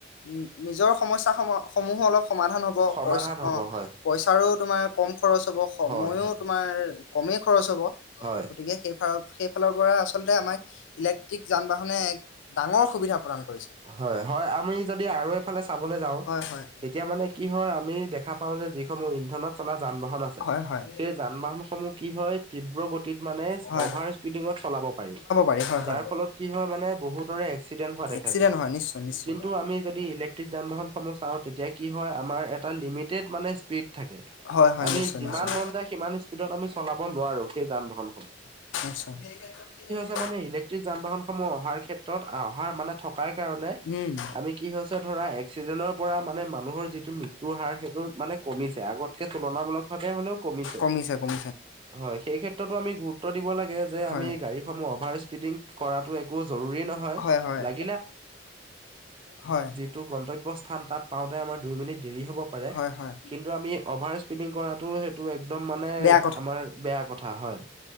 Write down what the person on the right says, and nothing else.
সমাধান
হ'ব হয়।
হয় হয়
হয়।
হয় হয়, আমি যদি আৰু এইফালে চাবলৈ যাওঁ
তেতিয়া মানে কি হয় আমি দেখা পাওঁ যে যিসমূহ ইন্ধনত চলা যান বাহন আছে
সেই যান বাহনসমূহ কি হয় তীব্ৰ গতিত মানে
অভাৰ স্পিডিঙত চলাব পাৰি
যাৰ
ফল লত কি হয় মানে বহুতৰে এক্সিডেণ্ট হোৱা দেখা
যায়
কিন্তু আমি যদি ইলেক্ট্ৰিক যান বাহনসমূহ চাওঁ তেতিয়া কি হয় আমাৰ এটা লিমিটেড মানে স্পীড থাকে।
আমি
যিমান
মন যায় সিমান স্পীডত আমি চলাব নোৱাৰো সেই যান বাহনখন।
মানে ইলেক্ট্ৰিক যান বাহনসমূহ অহাৰ ক্ষেত্ৰত অহাৰ মানে থকাৰ কাৰণে
আমি কি হৈছে ধৰা এক্সিডেন্টৰ পৰা মানে মানুহৰ যিটো মৃত্যুৰ হাৰ সেইটো মানে কমিছে আগতকে তুলনামূলক ভাৱে হ'লেও কমিছে।
হয়, সেই ক্ষেত্ৰতো আমি গুৰুত্ব দিব লাগে যে
আমি গাড়ী সমূহ অভাৰ স্পীডিং কৰাটো একো জৰুৰী নহয়
লাগিলে
টো গন্তব্য স্থান তাত পাওঁতে আমাৰ দুই মিনিট দেৰি হ'ব পাৰে।
কিন্তু আমি অভাৰ স্পিডিং কৰাটো সেইটো একদম মানে
আমাৰ বেয়া কথা হয়।